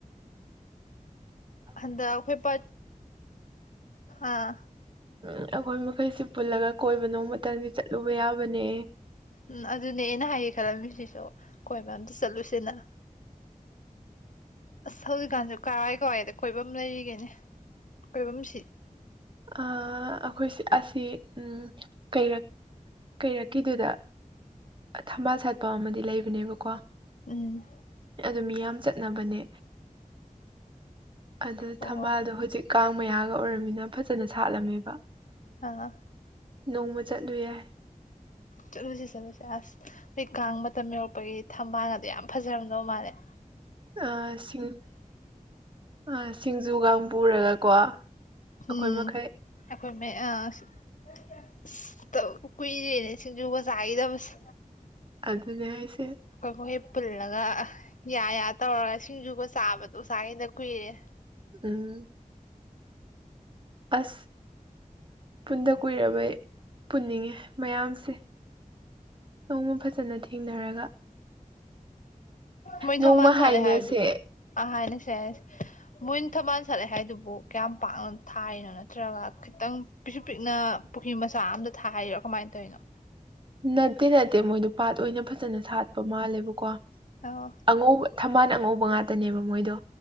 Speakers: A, on the left; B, on the right.
A: ꯍꯟꯗꯛ ꯑꯩꯈꯣꯏ ꯄꯥ ꯑꯥ
B: ꯎꯝ ꯑꯩꯈꯣꯏ ꯃꯈꯩꯁꯤ ꯄꯨꯜꯂꯒ ꯀꯣꯏꯕ ꯅꯣꯡꯃꯇꯪꯗꯤ ꯆꯠꯂꯨꯕ ꯌꯥꯕꯅꯦ
A: ꯎꯝ ꯑꯗꯨꯅꯦ ꯑꯩꯅ ꯍꯥꯏꯒꯦ ꯈꯜꯂꯝꯃꯤꯁꯤꯁꯨ ꯀꯣꯏꯕ ꯑꯝꯇ ꯆꯠꯂꯨꯁꯦꯅ ꯑꯁ ꯍꯧꯖꯤꯛꯀꯥꯟꯁꯨ ꯀꯔꯥꯏ ꯀꯔꯥꯏꯗ ꯀꯣꯏꯐꯝ ꯂꯩꯔꯤꯒꯦꯅꯦ ꯀꯣꯏꯐꯝꯁꯤ
B: ꯑꯥ ꯑꯩꯈꯣꯏꯁꯤ ꯑꯁꯤ ꯎꯝ ꯀꯩꯔꯛ ꯀꯩꯔꯛꯀꯤꯗꯨꯗ ꯊꯝꯕꯥꯜ ꯁꯥꯠꯄ ꯑꯃꯗꯤ ꯂꯩꯕꯅꯦꯕꯀꯣ
A: ꯎꯝ
B: ꯑꯗꯨ ꯃꯤ ꯌꯥꯝ ꯆꯠꯅꯕꯅꯦ ꯑꯗꯨꯗ
A: ꯑꯣ
B: ꯊꯝꯕꯥꯜꯗꯣ ꯍꯧꯖꯤꯛ ꯀꯥꯡ ꯃꯌꯥꯒ ꯑꯣꯏꯔꯝꯃꯤꯅ ꯐꯖꯅ ꯁꯥꯠꯂꯝꯃꯦꯕ
A: ꯑ
B: ꯅꯣꯡꯃ ꯆꯠꯂꯨ ꯌꯥꯏ
A: ꯆꯂꯁꯤ ꯆꯂꯁꯤ ꯑꯁ ꯑꯩ ꯀꯥꯥꯡꯃ ꯃꯇꯝꯝ ꯃꯄꯒꯤ ꯊꯝꯕꯥꯜ ꯑ ꯑꯗꯨꯣ ꯌꯥꯝ ꯐꯖꯔꯝꯗꯕ ꯃꯥꯜꯅꯦꯦ
B: ꯑꯁꯤꯡ ꯑ ꯁꯤꯁꯤꯡꯖꯨꯒꯝ ꯄꯨꯔꯒꯀꯣ ꯑꯩꯈꯣꯏ
A: ꯎꯝ
B: ꯃꯈꯩ
A: ꯑꯩꯈꯣꯏ ꯀꯨꯏꯔꯦꯅꯦ ꯁꯤꯡꯖꯨꯒ ꯆꯥꯈꯤꯗꯕꯁꯦ
B: ꯑꯗꯨꯅꯦ ꯑꯩꯁꯦ
A: ꯑꯩꯈꯣꯏ ꯃꯈꯣꯏꯣꯏ ꯄꯨꯜꯂꯒ ꯌꯥ ꯌꯥ ꯇꯧꯔꯒ ꯁꯤꯡꯖꯨꯒ ꯆꯥꯕꯗꯣ ꯎꯁꯥꯉꯩꯗ ꯀꯨꯏꯔꯦ
B: ꯎꯝ ꯑꯁ ꯄꯨꯟꯗ ꯀꯨꯏꯔꯕ ꯄꯨꯅꯤꯡꯉꯦ ꯃꯌꯥꯝꯁꯦ ꯅꯣꯡꯃ ꯐꯖꯅ ꯊꯦꯡꯅꯔꯒ
A: ꯃꯣꯏ
B: ꯅꯣꯡꯃ
A: ꯊꯃꯥꯟꯅ ꯆꯗꯦ
B: ꯍꯥꯏꯅꯁꯦ
A: ꯍꯥꯏꯗꯨ ꯑꯍ ꯍꯥꯏꯅ ꯁꯦ ꯃꯣꯏꯅ ꯊꯧꯕꯥꯜ ꯁꯠꯂꯦ ꯍꯥꯏꯗꯨꯕꯨ ꯀꯌꯥꯝ ꯄꯥꯛꯅ ꯊꯥꯏꯔꯤꯅꯣ ꯅꯠꯇ꯭ꯔꯒ ꯈꯤꯇꯪ ꯄꯤꯛꯁꯨ ꯄꯤꯛꯅ ꯄꯨꯈ꯭ꯔꯤ ꯃꯆꯥ ꯑꯝꯗ ꯊꯥꯔꯣ ꯀꯃꯥꯏꯅ ꯇꯧꯔꯤꯅꯣ
B: ꯅꯠꯇꯦ ꯅꯠꯇꯦ ꯃꯣꯏꯗꯣ ꯄꯥꯠ ꯑꯣꯏꯅ ꯐꯖꯅ ꯁꯥꯠꯄ ꯃꯥꯜꯂꯦꯕꯀꯣ
A: ꯑ
B: ꯑꯉꯧꯕ ꯊꯃꯅ ꯑꯉꯧꯕ ꯉꯥꯇꯅꯦꯕ ꯃꯣꯏꯗꯣ